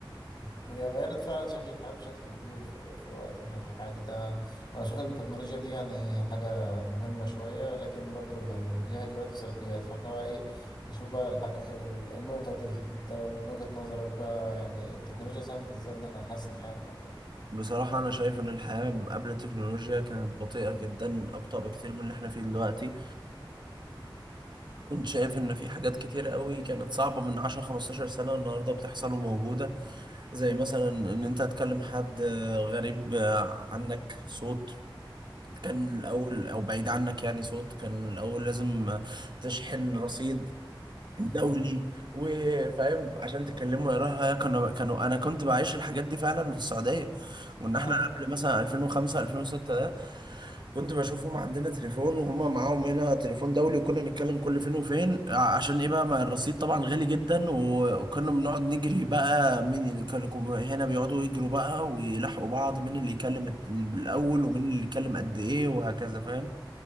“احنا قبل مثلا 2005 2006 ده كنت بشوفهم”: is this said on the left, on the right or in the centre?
Right